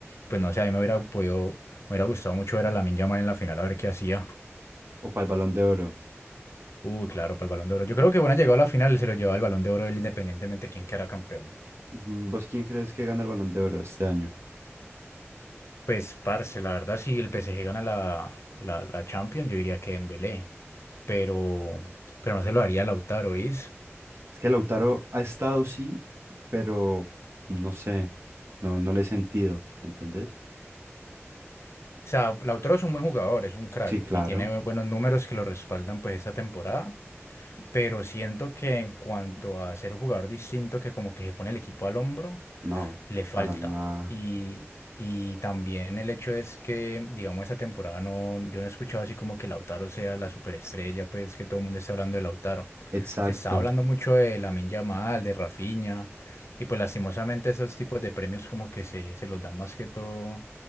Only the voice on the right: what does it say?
O para el Balón de Oro.
Mm, ¿Vos quién crees que gana el Balón de Oro este año?
Es que Lautaro ha estado, sí, pero no sé. No, no le he sentido, ¿me entendés?
Sí, claro.
No,
para nada.
Exacto.